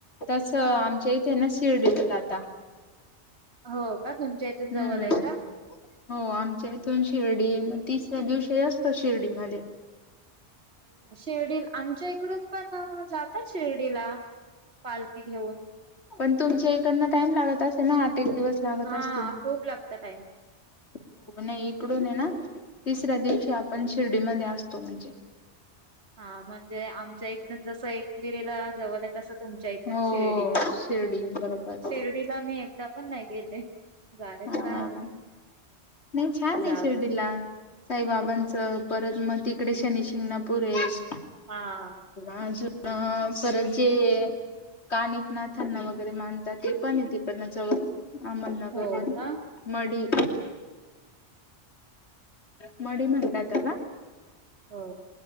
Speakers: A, on the left; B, on the right.
A: तसं
B: हा
A: आमच्या इथे ना शिर्डीला जाता.
B: हो का तुमच्या इथून
A: हम्म
B: जवळ आहे का?
A: हो आमच्या इथून शिर्डी म- तिसऱ्या दिवशी असतो शिर्डी मध्ये
B: शिर्डीला आमच्या इकडून पण जातात शिर्डीला पालखी घेऊन
A: पण तुमच्या इकडन टाइम लागत असेल ना आठ एक दिवस लागत
B: हां,
A: असतील
B: खूप लागतं टाईम.
A: हो नाही इकडून येना आहे ना तिसऱ्या दिवशी आपण शिर्डीमध्ये असतो म्हणजे
B: हा म्हणजे आमच्या इकडून जस एक विरेला जवळचयेत अस तुमच्या इथून
A: हो
B: शिर्डी
A: शिर्डी बरोबर
B: शिर्डीला मी एकदा पण नाही गेले. जायच
A: हा
B: आहे
A: नाही छान
B: जाऊ.
A: आहे शिर्डीला साईबाबांचं परत मग तिकडे शनी शिंगणापूर आहेत
B: हां,
A: अजून अ परत जे कानिफनाथांना वगैरे मानतात ते पण ये तिकडं न जवळ अहमदनगर
B: हो
A: मधी
B: का?
A: मढी मढी म्हणतात त्याला
B: हो